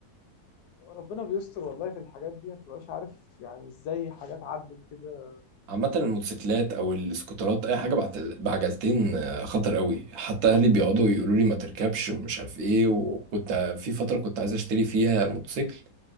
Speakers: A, on the left; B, on the right.
A: ربنا بيستر والله في الحاجات دي ما تبقاش عارف يعني ازاي حاجات عدت كده
B: عامة الموتوسيكلات أو السكوترات أي حاجة بعت- بعجلتين آه، خطر قوي حتى أهلي بيقعدوا يقولوا لي ما تركبش ومش عارف إيه وكنت في فترة كنت عايز أشتري فيها موتوسيكل